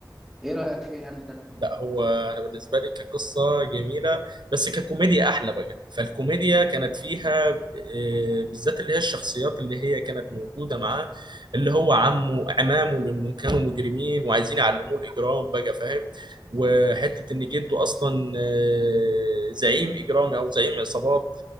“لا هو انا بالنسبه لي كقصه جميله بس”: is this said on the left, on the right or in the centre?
Right